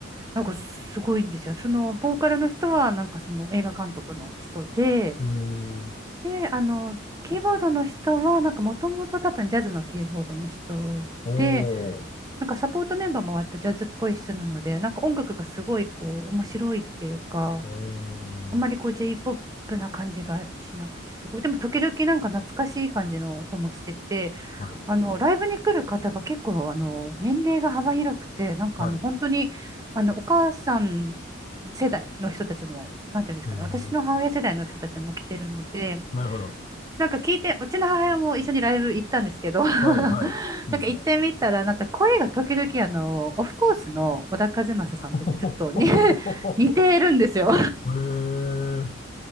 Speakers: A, on the right; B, on the left.
A: なんかすごいんですよ。その、ボーカルの人は、なんかその映画監督の人で、
B: えー。
A: で、あの、キーボードの人は、なんかもともと多分ジャズのキーボードの人で、
B: おー。
A: なんかサポートメンバーも割とジャズっぽい人なので、なんか音楽がすごいこう、面白いっていうか、
B: お
A: あんまりこう
B: ー。
A: J-POP な感じがしなくて、すごい。でも時々なんか懐かしい感じの音もしてて、
B: はい。
A: あの、ライブに来る方が結構、あの、年齢が幅広くて、なんかあの、
B: はい。
A: 本当に、あの、お母さん世代の人たちも、なんていうんですかね、
B: えー。
A: 私の母親世代の人たちも来てるので、
B: なるほど。
A: なんか聞いて、うちの母親も一緒にライブ行ったんですけど、<laughs> なん
B: はい、はい。いいですね。
A: か行ってみたら、なんか声が時々、あの、オフコースの小田和正さんとかちょっとね、
B: <laughs> ほほほほほほほ。
A: <laughs> 似てるんですよ。
B: えー。